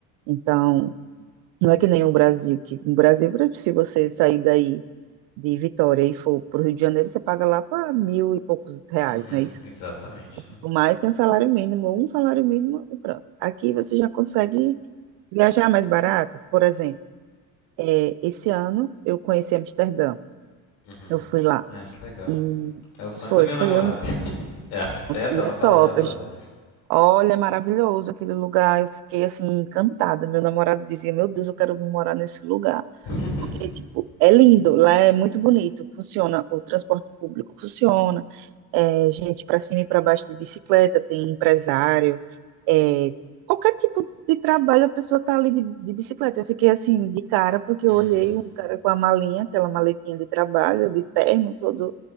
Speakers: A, on the right (about 75°); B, on the left (about 85°).
A: Então, Não é que nem o Brasil, que no Brasil, se você sair daí de Vitória e for para o Rio de Janeiro, você paga lá para mil e poucos reais,
B: Uhum.
A: né? Isso,
B: Exatamente, né?
A: mais que um salário mínimo, um salário mínimo e pronto. Aqui você já consegue viajar mais barato. Por exemplo, é, esse ano eu conheci Amsterdã,
B: Uhum.
A: eu fui lá
B: Ai, que legal.
A: e
B: É o sonho
A: foi,
B: da minha
A: foi,
B: namorada.
A: eu-
B: <laughs> É arquiteta,
A: e
B: ela
A: é
B: fala
A: top.
B: que ia adorar.
A: Olha, é maravilhoso aquele lugar. Eu fiquei assim encantada. Meu namorado dizia: Meu Deus, eu quero vir morar nesse lugar.
B: <laughs>
A: Porque, tipo, é lindo, lá é muito bonito, funciona, o transporte público funciona, é, gente para cima e para baixo de bicicleta, tem empresário, é, qualquer tipo de trabalho a pessoa tá ali de, de bicicleta. Eu fiquei assim, de cara, porque
B: Uhum.
A: eu olhei um cara com a malinha, aquela maletinha de trabalho, de terno todo,